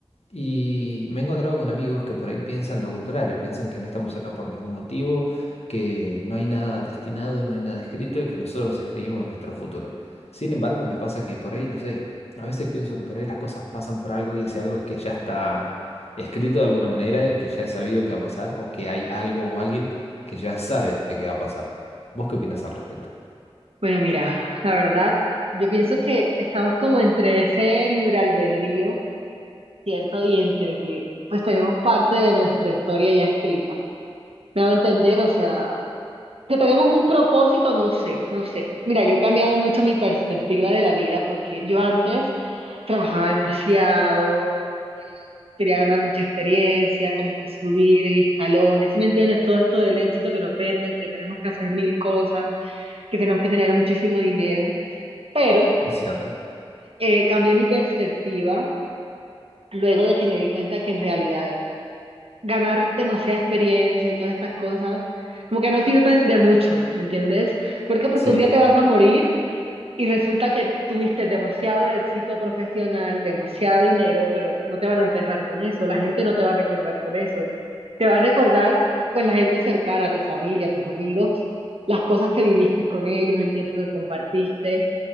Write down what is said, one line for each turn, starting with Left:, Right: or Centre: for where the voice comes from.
Left: Y me he encontrado con amigos que por ahí piensan lo contrario, piensan que no estamos acá por ningún motivo, que no hay nada destinado, no hay nada escrito y que nosotros escribimos nuestro futuro. Sin embargo, me pasa que por ahí, no sé, a veces pienso que por ahí las cosas pasan por algo y ese algo es que ya está escrito de alguna manera y que ya he sabido que va a pasar o que hay algo o alguien que ya sabe que va a pasar. ¿Vos qué opinas al respecto?
Right: Bueno, mira, la verdad, yo pienso que estamos como entre ese libre albedrío, ¿cierto? Y entre que pues tenemos parte de nuestra historia ya escrita. Me hago entender, o sea, que tenemos un propósito, no sé, no sé. Mira, yo he cambiado mucho mi perspectiva de la vida porque yo antes trabajaba demasiado, eh, quería ganar mucha experiencia, como que subir en escalones, ¿sí ¿me entiendes? Todo esto del éxito que nos venden, que tenemos que hacer mil cosas, que tenemos que tener muchísimo dinero. Pero
Left: Es cierto.
Right: eh, cambié mi perspectiva luego de que me di cuenta que en realidad ganar demasiada experiencia y todas estas cosas como que no sirven de mucho, ¿me entiendes? ¿Por qué? Porque
Left: Sí.
Right: un día te vas a morir y resulta que tuviste demasiado éxito profesional, demasiado dinero, pero no te van a enterrar con eso, la gente no te va a recordar por eso, te va a recordar pues la gente cercana, tu familia, tus amigos, las cosas que viviste con ellos, el tiempo que compartiste